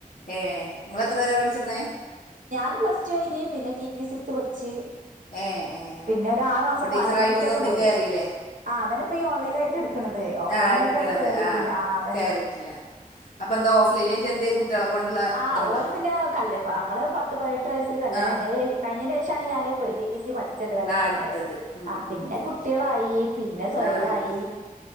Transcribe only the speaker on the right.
ഞാന് പ്ലസ് ടു കഴിഞ്ഞ് പിന്നെ ടി ടി സി എടുത്ത് പഠിച്ചു
പിന്നെ ഒരു ആറു മാസം
പാരാമെഡിക്കല
പോയിണെ
ആ അതെ അപ്പൊ ഈ ഓൺലൈൻ ആയിട്ട് എടുക്കണത് ഓഫ്‌ലൈൻ
ആയിട്ടാണ് കേറിയിട്ടില്ല ആ തന്നെ
ആഹ്
ഓല് പിന്നെ കല് നമ്മള് പതിനെട്ട് വയസ്സിൽ കല്യാണംഴ
കഴിഞ്ഞന്റെ ശേഷംമാണ് ഞാൻ ടി സി പഠിക്ക ചെത് കല്യാണം
കഴിഞ്ഞര
ആ പിന്നെ
കുട്ടികളായി പിന്നെ സവയലായി